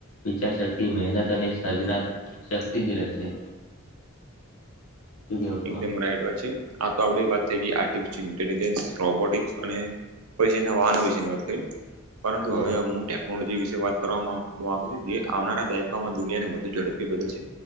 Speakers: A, on the left; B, on the right.
A: વિચાર શક્તિ મહેનત અને સર્જનાત શક્તિ જ રહેશે. શું કેવું તમારું?
B: એકદમ રાઈટ વાત છે, આ તો આપડી વાત થઈ ગઈ આર્ટિફિશયલ ઇન્ટેલિજન્સ રોબોટિક્સ અને પછીના વાહનો વિશેની વાત કરી પરંતુ
A: હમ
B: હવે હું ટેક પણ જે વિશે વાત કરવા માંગ માંગુ છું જે આવનારા દાયકામાં દુનિયાને વધુ ઝડપી બદલસે.